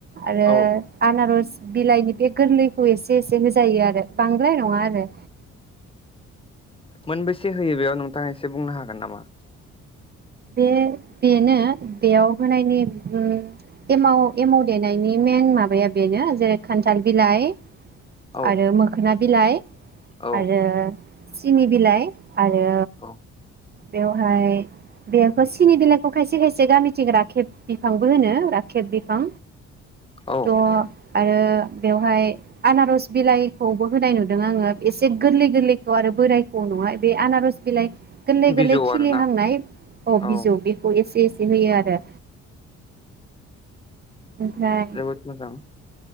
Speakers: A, on the right; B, on the left.
A: आरो
B: औ
A: आनारस बिलाइनि बे गोरलैखौ एसे एसे होजायो आरो बां द्राय नङा आरो
B: मोनबेसे होयो बेयाव नोंथाङा एसे बुंनो हागोन नामा?
A: बे बेनो बेयाव होनायनि उम एमाव एमाव देनायनि मेन माबाया बेनो जेरै खान्थाल बिलाइ
B: औ
A: आरो मोखोना बिलाइ
B: औ
A: आरो सिनि बिलाइ आरो
B: औ
A: बेवहाय बेखौ सिनि बिलाइखौ खायसे खायसे गामिथिं राखेब बिफांबो होनो राखेब बिफां
B: औ
A: द' आरो बेवहाय आनारस बिलाइखौबो होनाय नुदों आङो एसे गोरलै गोरलैखौ आरो बोरायखौ नङा बे आनारस बिलाइ गोरलै
B: बिजौ
A: गोरलै खिलिहांनाय
B: आरोना
A: अ
B: औ
A: बिजौ बेखौ एसे एसे होयो
B: औ
A: आरो ओमफ्राय
B: जोबोद मोजां